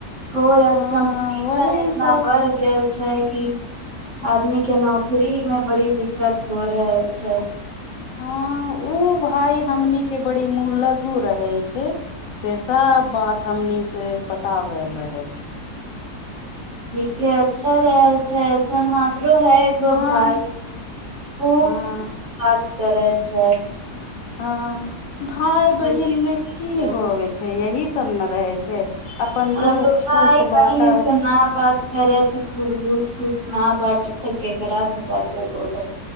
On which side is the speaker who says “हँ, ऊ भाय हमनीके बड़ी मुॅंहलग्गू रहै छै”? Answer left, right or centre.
Left